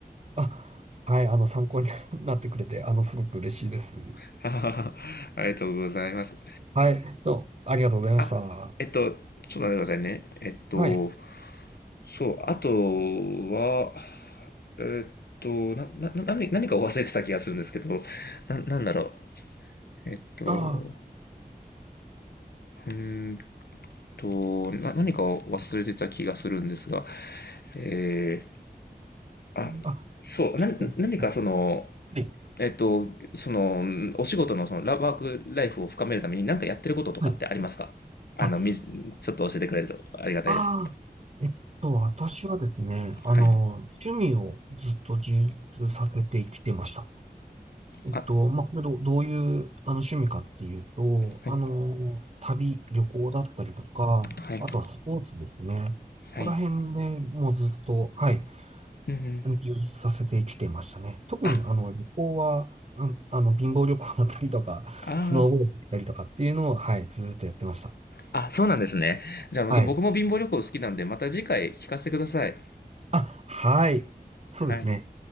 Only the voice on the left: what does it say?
<laughs> あははありがとうございます。
あ、えっと、ちょっと待ってくださいね。えっと、
そう、あとは、えっと、な、な、な何、何かを忘れてた気がするんですけど、な、なんだろう。えっと、
うーんと、な、何かを忘れてた気がするんですが、えー、あ、
そう、
な、何かその、
えっと、その、お仕事のそのラワークライフを深めるために何かやってることとかってありますかあの、
みじ、ちょっと教えてくれるとありがたいです。
はい。
あ、
はい、
はい、
はい。
うんうん。
あ、
あ
あ、あ、そうなんですね。じゃあ、また僕も貧乏旅行好きなんで、
また次回聞かせてください。
はい。